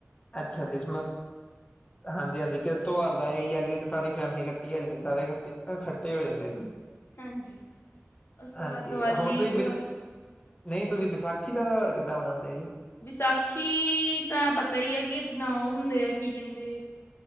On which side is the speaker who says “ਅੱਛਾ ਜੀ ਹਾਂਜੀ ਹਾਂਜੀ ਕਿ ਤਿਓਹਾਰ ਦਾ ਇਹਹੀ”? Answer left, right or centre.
Left